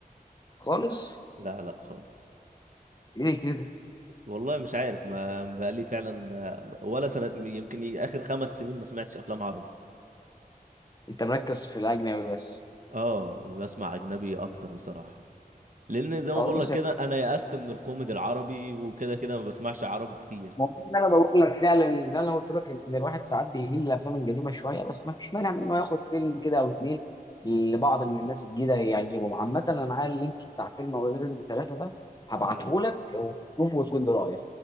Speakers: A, on the left; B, on the right.
A: خالص
B: لا لا خالص
A: ليه كده
B: والله مش عارف ما بقالي فعلا آه، ولا سنة يمكن ي- آخر خمس سنين ما سمعتش أفلام عربي
A: انت مركز في الاجنبي بس
B: اه بسمع أجنبي أكتر بصراحة لأن زي ما
A: خلاص
B: بقول لك كده أنا يأست من الكوميدي العربي وكده كده ما بسمعش عربي كتير
A: ما هو ده اللي انا بقول لك فعلا ده انا قلت لك ان الواحد ساعات بيميل للافلام القديمه شويه بس ما فيش مانع من انه ياخد فيلم كده او اتنين لبعض من الناس الجديده يعجبهم عامه انا معايا اللينك بتاع فيلم اولاد رزق ثلاثه ده هبعته
B: مم.
A: لك وشوفه وتقول لي رايك